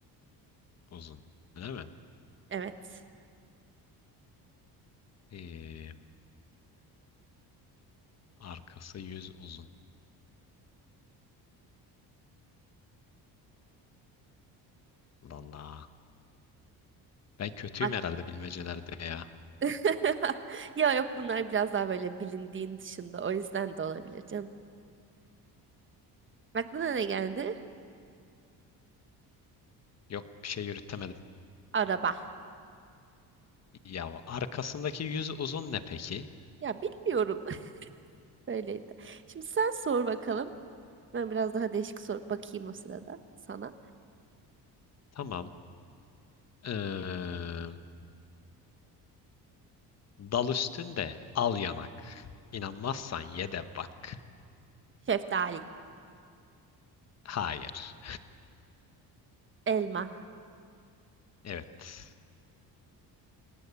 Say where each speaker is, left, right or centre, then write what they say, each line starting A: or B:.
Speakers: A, on the left; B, on the right.
A: uzun. Değil mi?
B: Evet.
A: Ee, arkası yüz uzun. Vallahi. Ben kötüyüm
B: Ak-
A: herhalde bilmecelerde ya.
B: <laughs> Ya yok bunlar biraz daha böyle bilindiğin dışında. O yüzden de olabilir canım. Aklına ne geldi?
A: Yok bir şey yürütemedim.
B: Araba.
A: Ya arkasındaki yüz uzun ne peki?
B: Ya bilmiyorum. <laughs> Böyleydi. Şimdi sen sor bakalım. Ben biraz daha değişik sor bakayım o sırada sana.
A: Tamam. Ee, Dal üstünde al yanak. İnanmazsan ye de bak.
B: Şeftali.
A: Hayır.
B: Elma.
A: Evet.